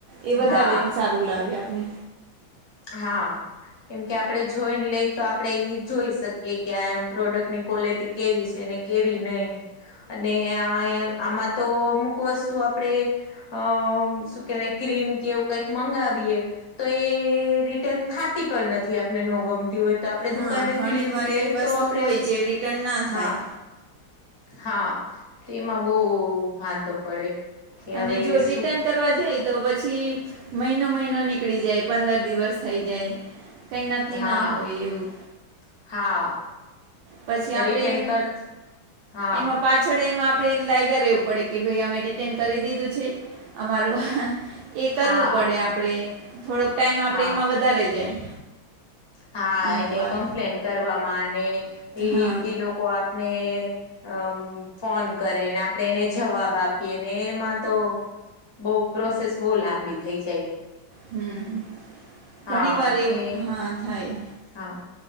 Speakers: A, on the right; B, on the left.
A: એ વધારે
B: હા
A: સારું લાગે આપને.
B: હા. કેમકે આપડે જોઈન લઈ તો આપડે ઈ જોઈ શકીએ કે આ પ્રોડક્ટની ક્વોલિટી કેવી છે ને કેવી નહીં. અને આ અહિયાં આમાં તો અમુક વસ્તુ આપડે અમ્મ શું કહેવાય ક્રીમ કે એવું કંઈક મંગાવીએ તો એ રિટર્ન થાતી પણ નથી આપને નો ગમતી હોય તો આપડે
A: હા
B: દુકાને
A: ઘણી
B: થી લી
A: વાર
B: લઈ
A: એવી વસ્તુ
B: તો આપડે,
A: હોય જે રિટર્ન ના થાય
B: હા. હા. તેમાં બહુ વાંધો પડે. કે
A: અને
B: હવે
A: જો રિટર્ન
B: શું
A: કરવા જાય તો પછી મહિ નો મહિનો નીકળી જાય, પંદર દિવસ થઈ જાય. કંઈ નક્કી
B: હા
A: ના હોય એવું.
B: હા.
A: પછી આપણે
B: રિટર્ન
A: એમ
B: કર હા
A: એમાં પાછ છળ એમાં આપે લાયગા રહેવું પડે કે ભઈ અમે રિટર્ન કરી દીધું છે, અમારું એ કરવું
B: હા
A: પડે. આપણે થોડોક ટાઈમ આપણે
B: હા
A: એમાં વધારે જાય.
B: હા,
A: અમુક
B: એને
A: વાર
B: કમ્પ્લેન કરવામાં અને એ
A: હા
B: એ લોકો આપણે અમ ફોન કરેને, આપણે એને જવાબ આપીએ ને, એમાં તો બહુ પ્રોસેસ, બહુ લાંબી થઇ જાય.
A: હમ. હ,
B: હા
A: ઘણી વાર
B: એટલે
A: એવું હા થાય.
B: હા,